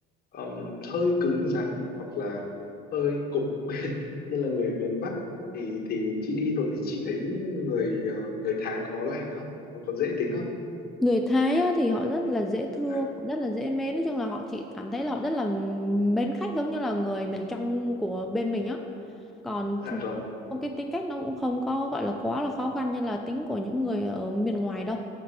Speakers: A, on the left; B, in the centre.
A: ờm, hơi cứng rắn hoặc là hơi cục như là người miền Bắc thì thì chị đi rồi thì chị thấy người ờ, người Thái có lành không có, có dễ tính không
B: người Thái á, thì họ rất là dễ thương
A: Dạ
B: rất là dễ mến nói chung là họ chỉ cảm thấy là họ rất là mến khách giống như là người miền trong của bên mình á còn
A: dạ vâng
B: cái tính cách nó cũng không có gọi là quá là khó khăn như là tính của những người ở miền ngoài đâu